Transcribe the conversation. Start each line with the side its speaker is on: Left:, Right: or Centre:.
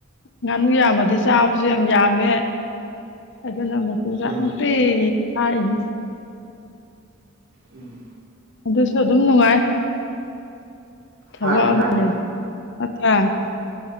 Left: ꯉꯥꯅꯨ ꯌꯥꯝꯃꯗꯤ ꯆꯥꯕꯖꯨ ꯌꯥꯝ ꯌꯥꯝꯃꯦ ꯑꯗꯨꯅ ꯃꯆꯤꯟꯖꯥꯛ
Right: ꯎꯝ
Left: ꯑꯝ ꯇꯤꯒꯤ ꯊꯥꯛꯏꯅꯤ
Right: ꯎꯝ
Left: ꯑꯗꯨꯁꯨ ꯑꯗꯨꯝ ꯅꯨꯡꯉꯥꯏ ꯊꯕꯛ
Right: ꯍꯣꯏ ꯅꯨꯡꯉꯥꯏꯒꯅꯤ
Left: ꯑꯃꯅꯤ ꯅꯠꯇ꯭ꯔꯥ